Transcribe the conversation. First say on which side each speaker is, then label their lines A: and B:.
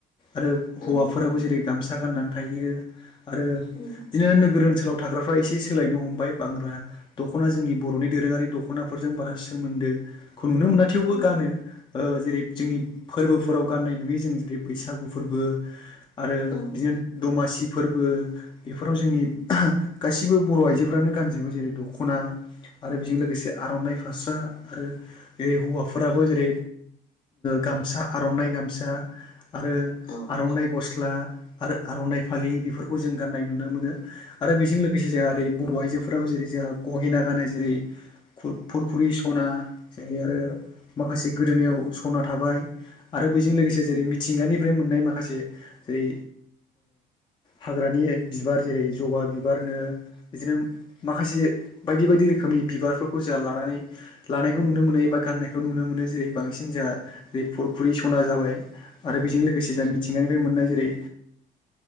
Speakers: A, on the left; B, on the left.
A: आरो
B: औ
A: हौवाफोराबो जेरै गामसा गाननानै थायो आरो बिदिनो
B: उम
A: नोगोर ओनसोलाव थाग्राफ्रा एसे सोलायनो हमबाय बांगग्रा दख'ना जोंनि बर'नि दोरोङारि दख'नाफोरजों बारा सोमोन्दो खौ नुनो मोना थेवबो
B: उम
A: गानो जेरै जोंनि फोरबोफोराव गाननाय नुयो जों जेरै बैसागु फोरबो आरो
B: औ
A: बिदिनो दमासि फोरबो बेफोराव जोंनि गासिबो बर' आइजोफ्रानो गानजोबो जेरै दख'ना आरो बेजों लोगोसे आर'नाइ फास्रा आरो जेरै हौवाफोराबो जेरै गामसा आर'नाइ गामसा आरो
B: औ
A: आर'नाइ गस्ला आरो आर'नाइ फालि बेफोरखौ जों गाननाय नुनो मोनो आरो बेजों लोगोसे जोंहा ओरै बर' आइजोफोराबो जेरै जोंहा गहेना गानो जेरै फुरखुरि सना जेरै आरो माखासे गोदोनिायाव सना थाबाय आरो बजों लोगोसे जेरै मिथिंगानिफ्राय मोननाय माखासे जेरै हाग्रानि बिबार जेरै जबा बिबारनो बिदिनो माखासे बायदि बायदि रोखोमनि बिबारफोरखौ जों लानानै लानायखौ नुनो मोनो एबा गाननायखौ नुनो मोनो जेरै बांसिन जोंहा फुरखुरि सना जाबाय आरो बेजों लोगोसे जों मिथिंगानि फ्राय जेरै मोननाय जेरै